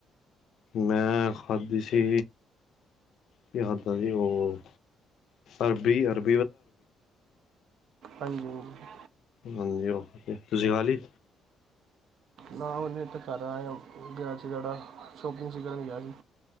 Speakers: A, on the left; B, on the right.
A: ਮੈਂ ਖਾਦੀ ਸੀ ਕੀ ਆਹਦਾ ਜੀ ਉਹ ਅਰਬੀ ਅਰਬ
B: ਹਾਂਜੀ ਹ
A: ਹਾਂਜੀ ਓਕੇ ਤੁਸੀਂ ਖਾਲੀ
B: ਨਾ ਉਹਨੇ ਇਥੇ ਕਰ ਆਏਆ ਗਿਆ ਸੀ ਜੇੜਾ ਸ਼ੋਪਿੰਗ ਸੀ ਕਰਨ ਗਿਆ ਸੀ